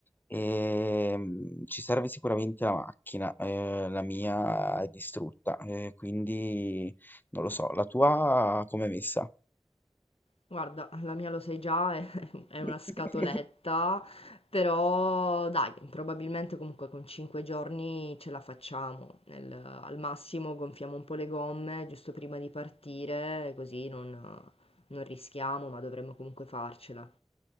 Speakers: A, on the left; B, on the left.
A: Ehm, ci serve sicuramente la macchina, eh, la mia è distrutta, eh, quindi non lo so, la tua com'è messa?
B: Guarda, la mia lo sai già, è <laughs> è una
A: <laughs>
B: scatoletta, però dai, probabilmente comunque con 5 giorni ce la facciamo. Nel- al massimo gonfiamo un po' le gomme giusto prima di partire, così non, non rischiamo, ma dovremmo comunque farcela.